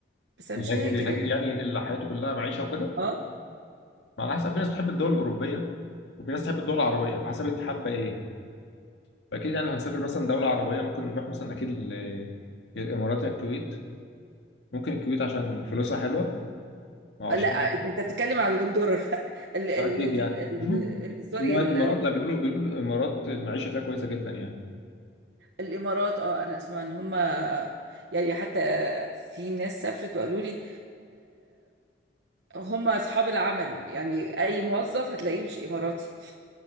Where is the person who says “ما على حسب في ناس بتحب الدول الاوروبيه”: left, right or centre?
Left